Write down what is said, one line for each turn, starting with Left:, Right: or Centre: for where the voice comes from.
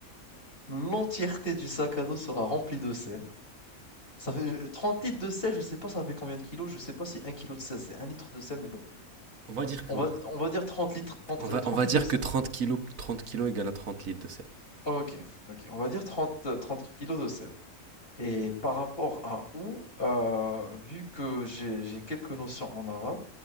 Left: L'entièreté du sac à dos sera remplie de sel. Ça fait euh, 30 litres de sel, je sais pas ça fait combien de kilos, je sais pas si un kilo de sel c'est un litre de sel, mais bon.
Right: On va dire
Left: On
Right: que oui.
Left: va, on va dire 30 litres, 30,
Right: On va,
Left: euh, 30
Right: on va
Left: litres
Right: dire
Left: de sel.
Right: que trente kilos, 30 kilos égale à 30 litres de sel.
Left: Ok, ok, on va dire 30 euh, 30 kilos de sel. Et par rapport à où, euh, vu que j'ai j'ai quelques notions en arabe,